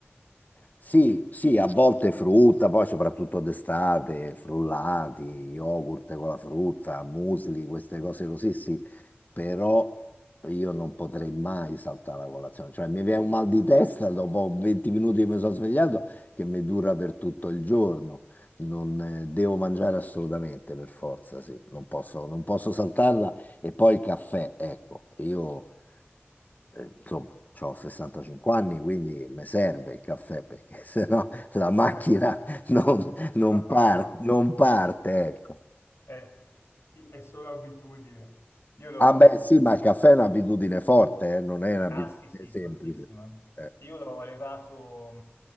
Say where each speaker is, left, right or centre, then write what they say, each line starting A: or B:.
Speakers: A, on the left; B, on the left.
A: Sì, sì, a volte frutta, poi soprattutto d'estate, frullati, yogurt con la frutta, muesli, queste cose così, sì, però io non potrei mai saltare la colazione, cioè mi viene un mal di testa dopo 20 minuti che mi sono svegliato che mi dura per tutto il giorno, non eh, devo mangiare assolutamente per forza, sì, non posso, non posso saltarla e poi il caffè, ecco, io eh, insomma, ho 65 anni, quindi mi serve il caffè perché <laughs> sennò la macchina
B: <laughs>
A: non, non
B: No,
A: par-
B: no.
A: non parte, ecco.
B: È, è solo abitudine. Io l'ho...
A: Ah beh, sì, ma il caffè è un'abitudine forte, eh, non è un'abitudine
B: Ah sì, sì,
A: semplice.
B: fortissima.
A: Eh,
B: Io l'ho levato...